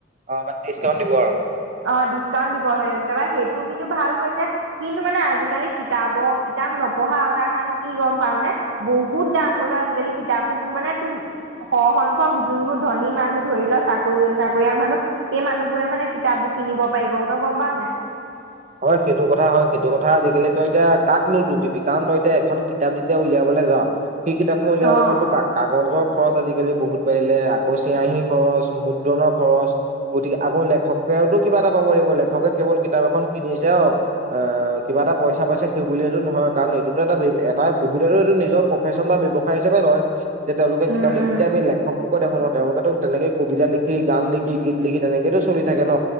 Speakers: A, on the right; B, on the right.
A: অ মানে ডিছকাউণ্ট দিব আৰু।
B: অ', ডিচকাউণ্ট দিব আহে। তাৰবা সেইটো কিন্তু ভাল কৈছে, কিন্তু মানে আজিকালি কিতাপৰ কিতাপ নপঢ়া আৰু এটা কাম কি? গম পাওঁ নে বহুত দাম হলোঁ আজিকালি। কিতাপবোৰ তোৰ মানে তো সসংখক যোনবোৰ ধনী মানুহ ধৰি ল চাকৰি চাকৰিয়াল মানুহ সেই মানুহবোৰে মানে কিতাপবোৰ কিনিব পাৰিব তই গম পাও নে নাই।
A: হয়, সেইটো কথা হয় সেইটো কথা আজিকালি তই এতিয়া কাকনো দোষ দিবি, কাৰণ তই এতিয়া এখন কিতাপ যেতিয়া উলিয়াব। <unintelligible> সেই কিতাপখন উলিয়াবলে
B: অ
A: তোৰ কাগজৰ খ খৰচ আজিকালি বহুত বাঢ়িলে আকৌ চিয়াহী খৰচ মুদ্ৰণৰ খৰচ গতিকে আকৌ লেখকে তইতো কিবা এটা পাব লিব লেখকে কেৱল কিতাপ এখন - কিনিছে অ', অ' কিবা এটা পইচা পাইছে সেই বুলিয়েটো নহয়, কাৰণ এইটোতো এটা এটা বহুতেটো এইটো নিজৰ প্ৰফেশন বা ব্যৱসায় হিচাপে লয়, যে তেওঁলোকে
B: উম
A: কিতাপ লিখোতে
B: উম
A: আমি লেখক বুকত এখনত তেওঁলোকেতো তেনেকে কবিতা লিখি, গান লিখি, গীত লিখি তেনেকেতো চলি থাকে ন।